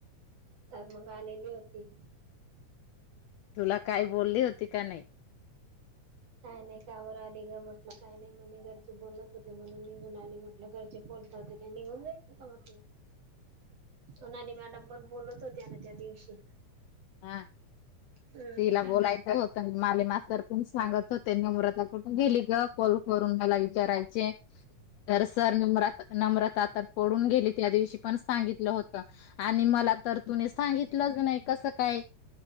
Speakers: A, on the right; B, on the left.
A: तर मग आलेली होती.
B: तुला काही बोलली होती का नाही?
A: काय नाही कावर आध ग म्हटलं काय नाही म्हणे घरचे बोलत होते म्हणून निघून आले म्हटलं घरचे ब- <unintelligible> ोल का का म्हट सोनाली मॅडम पण बोलत होत्या ना त्या दिवशी-
B: हा
A: हम्म
B: तिला बोलायचं होत माले मासर- सांगत हो त्यांनी मुृदा कुठून गेली ग... कॉल करून मला विचारायचे, तर सर नम्र नम्रताता पडून गेली त्या दिवशी पण सांगितलं होत आणि मला- तर तु सांगितलंच नाही कस? काय